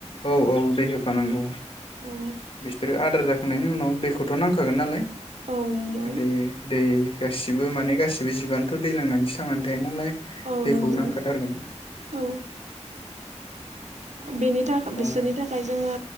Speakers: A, on the left (about 50°); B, on the right (about 75°).
A: औ औ दै होफानांगौ।
B: औ
A: बिसोरो आदार जा थांनायनि उनाव दैखौथ नांखागोन नालाय ।
B: औ नंगौ
A: दे दे। गासिबो माने गासिबो जिबआनोथ' दै लोंनानैसो थांनानै थायो नालाय।
B: औ
A: दैखौ
B: नंगौ
A: नांखाथारगोन
B: औ बेनि थाखाय बिसोरनि
A: ओ,
B: थाखाय जोङो